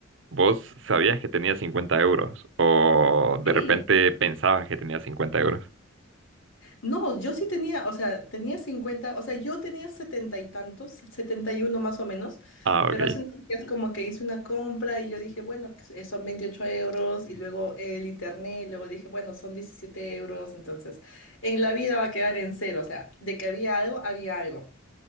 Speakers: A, on the right; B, on the left.
A: ¿vos sabías que tenía 50 euros? ¿O de
B: Sí,
A: repente pensabas que tenía 50 euros?
B: No, yo sí tenía, o sea, tenía 50, o sea, yo tenía setenta y tantos, 71 más o menos,
A: Ah,
B: pero
A: ok.
B: hace unos días como que hice una compra y yo dije, bueno, pues, eh, son 28 euros y luego el internet, y luego dije, bueno, son 17 euros, entonces en la vida va a quedar en cero, o sea, de que había algo, había algo.